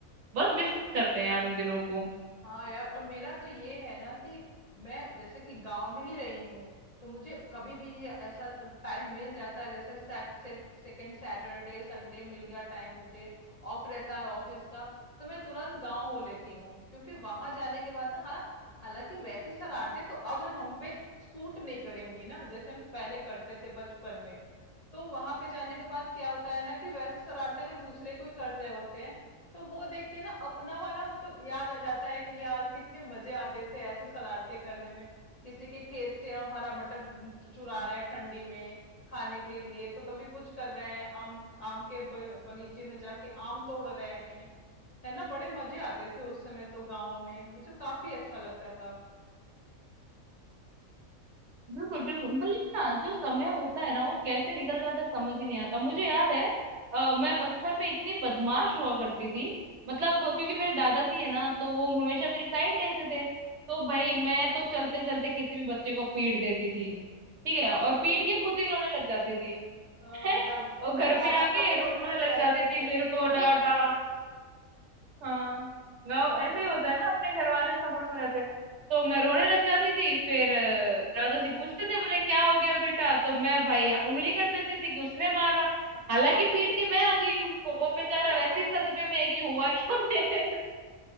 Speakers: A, on the right; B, on the left.
A: बहुत मिस करते हैं यार उन दिनों को
B: हाँ यार और मेरा तो ये है ना कि मैं जैसे कि गांव में ही रही हूँ तो मुझे कभी भी ये ऐसा टाइम मिल जाता है जैसे सेकंड सैटरडे संडे मिल गया टाइम मुझे ऑफ रहता है ऑफिस का तो मैं तुरंत गांव हो लेती हूँ क्योंकि वहां जाने के बाद ना हाँ हालांकि वैसी शरारतें तो अब हम पे सूट नहीं करेंगी ना जैसे हम पहले करते थे बचपन में तो वहां पे जाने के बाद क्या होता है ना कि वैसे शरारतें अगर दूसरे कोई कर रहे होते हैं तो वो देख के ना अपना वाला मतलब याद आ जाता है कि यार कितने मजे आते थे ऐसे शरारते करने में किसी के खेत से हम हरा मटर चु- चुरा रहे हैं ठंडी में खाने के लिए तो कभी कुछ कर रहे हैं आम आम के बग- बगीचे में जाके आम तोड़ रहे हैं है ना बड़े मजे आते थे उस समय तो गाँव में मुझे काफी अच्छा लगता था
A: बिल्कुल बिल्कुल मतलब ना जो समय होता है ना वो कैसे निकल जाता है समझ ही नहीं आता मुझे याद है अ, मैं बचपन में इतनी बदमाश हुआ करती थी मतलब अ, क्योंकि मेरे दादाजी है ना तो वो हमेशा
B: हम्म,
A: मेरी साइड लेते थे तो भाई
B: हाँ
A: मैं तो चलते चलते किसी भी बच्चे को पीट देती थी ठीक
B: <laughs>
A: है और पीट के खुद ही रोने लग जाती थी
B: हाँ,
A: <laughs>
B: दा,
A: और घर
B: दादा
A: पे आके
B: सपोर्ट
A: रोने
B: में तो
A: लग
B: रहते
A: जाती
B: ही
A: थी
B: थे
A: मेरे को डांटा
B: <laughs>
A: हाँ गाँव
B: हाँ,
A: ऐसे
B: दादा
A: ही होता है ना अपने घर वाले सपोर्ट में रहते हैं तो मैं रोने लग जाती थी फिर
B: हाँ।
A: अ, दादाजी पूछते थे बोले क्या हो गया बेटा तो मैं भाई उंगली कर देती थी कि उसने मारा
B: हाँ
A: हालांकि
B: बस
A: पीट के मैं आ गई हूँ उसको
B: <laughs>
A: वो बेचारा वैसे ही सदमे
B: ये
A: में है कि हुआ क्या मेरे